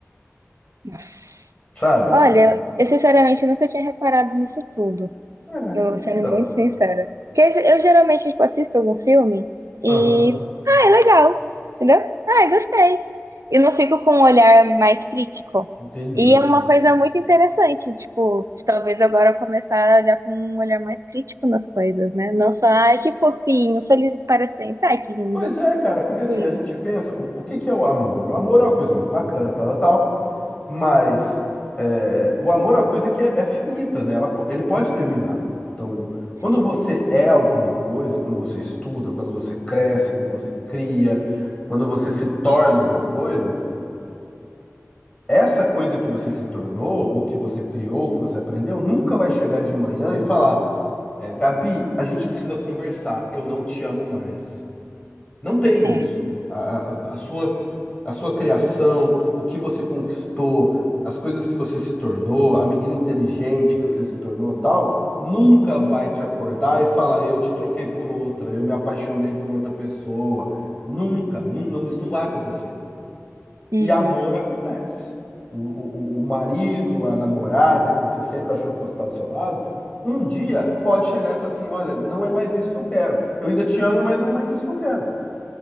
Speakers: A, on the right; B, on the left.
A: Nossa.
B: sabe?
A: Olha, eu sinceramente nunca tinha reparado nisso tudo.
B: É.
A: Eu, sendo
B: Então,
A: muito sincera. Porque eu geralmente, tipo, assisto algum filme e.
B: aham,
A: Ah, é legal. Entendeu? Ah, gostei. E não fico com um olhar mais crítico.
B: entendi.
A: E é uma coisa muito interessante, tipo, de talvez agora eu começar a olhar com um olhar mais crítico nas coisas, né? Não só, ai, que fofinho, felizes para sempre, ai, que lindo.
B: Pois é, cara, porque assim,
A: Sim.
B: a gente pensa, o, o que que é o amor? O amor é uma coisa muito bacana, tal, tal, tal, mas é, o amor é uma coisa que é, é finita, né? Ela po- ele pode terminar. Então, quando
A: Sim.
B: você é alguma coisa, quando você estuda, quando você cresce, quando você cria, quando você se torna alguma coisa, essa coisa que você se tornou, ou que você criou, ou que você aprendeu, nunca vai chegar de manhã e falar, é, Gabi, a gente precisa conversar, eu não te amo mais. Não tem
A: É.
B: isso. A, a, a sua, a sua criação, o que você conquistou, as coisas que você se tornou, a menina inteligente que você se tornou, tal, nunca vai te acordar e falar, eu te troquei por outra, eu me apaixonei por outra pessoa. Nunca, não, não, isso não vai acontecer.
A: Uhum.
B: E amor acontece. O, o, o o marido, a namorada que você sempre achou que fosse estar do seu lado, um dia pode chegar e falar assim: olha, não é mais isso que eu quero. Eu ainda te amo, mas não é mais isso que eu quero.